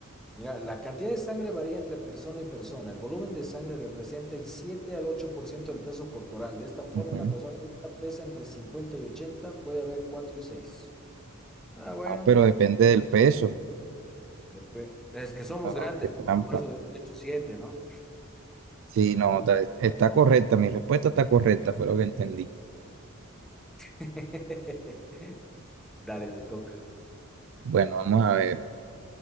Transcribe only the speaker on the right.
ujú.
Ah, pero depende del peso.
No,
qué trampa.
Sí, no, está, está correcta, mi respuesta está correcta, fue lo que entendí.
Bueno, vamos a ver.